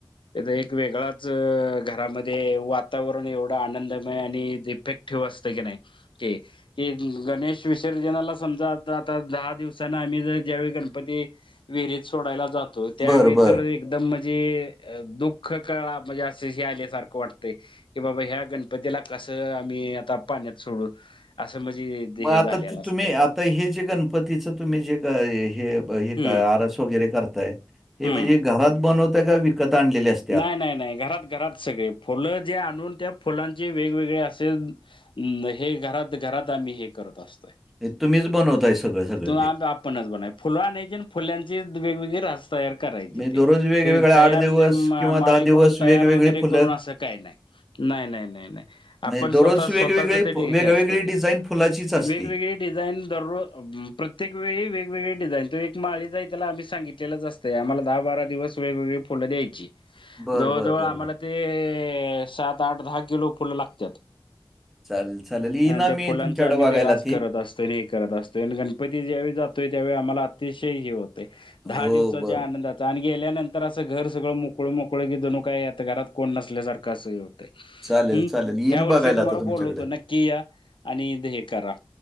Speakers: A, on the left; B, in the centre.
A: थ एक वेगळाच घरामध्ये वातावरण एवढं आनंदमय आणि इफेक्ट ठेव असतय की नाही. ते क गणेश विसर्जनाला समजा आता, आता दहा दिवसान आम्ही जर ज्यावेळी गण गणपती विहरीत सोडायला जातो, त्यावेळी
B: बरं, बरं.
A: तर एकदम म्हणजे दुःख कळा म्हणजे असं हे आल्यासारखं वाटतंय. की बाबा ह्या गणपतीला कसं आम्ही आता पाण्यात सोडू, असं म्हणजे ते
B: मग आता
A: हे झालेलं
B: ते
A: असतंय
B: तुम्ही तर हे जे गणपतीचं तुम्ही जे का हे हे
A: हम्म
B: आरस वगैरे करताय- ते
A: हम्म
B: म्हणजे घरात बनवताय का? विकत आणले अस-
A: नाही नाही नाही घरात घरात सगळे फुलं जे आणून त्या फुलांचे वेगवेगळे असे. ् हे घरात घरात आम्ही हे करत असतोय.
B: हे तुम्हीच बनवताय सगळं-सगळं
A: तू
B: ते?
A: आपणच बन फुल आणायची फुल्यांची वेगवेगळे रास- तयार करायची
B: म्हणजे
A: ते
B: दररोज वेगवेगळे
A: तयार
B: दिवस
A: ते माळीकडून
B: किंवा दिवस
A: तयार
B: वेगवेगळी
A: वगैरे
B: फुलं
A: करून असं काही नाही, नाही, नाही, नाही, नाही.
B: म्हणजे
A: आपण
B: दररोज
A: स्वतः
B: वेगवेगळी
A: स्वतःच ते
B: फ वेगवेगळी
A: <unintelligible> असतय ते,
B: डिझाइन फुलाचीच असते?
A: वेगवेगळी डिझाईन दररोज- प्रत्येक वेळी वेगवेगळे डिझाईन तो एक माळीच आहे त्याला आम्ही सांगितलेलंच असतंय. आम्हाला दहा बारा दिवस- वेगळेवेगळी फुल द्याय -
B: बरं,
A: जवळजवळ
B: बरं, बरं,
A: आम्हाला
B: बरं.
A: ते सात, आठ, दहा किलो फुलं लागत्यात.
B: चालेल, चालेल. येईन
A: आणि
B: आम्ही
A: त्या फुलांच
B: तुमच्याकडे
A: आम्ही
B: बघायला
A: ते रास करत असतो. हे करत असतोय, आणि गणपती ज्यावेळी जातोय त्यावेळी आम्हाला अतिशय हे होतं-
B: हो,
A: दहा दिवसाच्या
B: बरं.
A: आनंदाचा आणि गेल्यानंतर असं घर सगळं मो मोकळ मोकळ की जणू काही आता घरात कोण नसल्यासारख असं हे हम्म
B: चालेल, चालेल. येईन
A: ह्या वर्षी
B: बघायला
A: तुम्हाला
B: आता तुमच्याकडे.
A: बोलवतो नक्की या आणि हे करा.